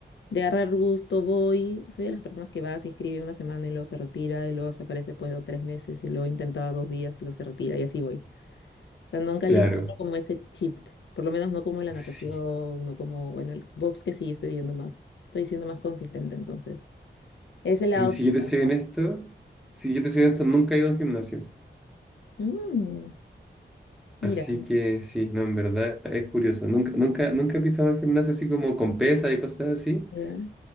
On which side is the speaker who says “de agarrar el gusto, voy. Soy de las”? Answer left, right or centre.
Left